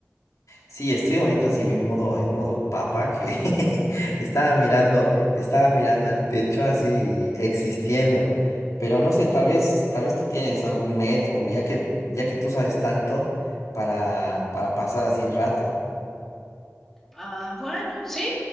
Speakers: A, on the left (about 80°); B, in the centre.
A: Sí, estoy ahorita así en modo, en modo papa que <laughs> estaba mirando, estaba mirando al techo así existiendo. Pero no sé, tal vez, tal vez tú tienes algún método, ya que, ya que tú sabes tanto para, para pasar así el rato.
B: Ah, bueno, sí,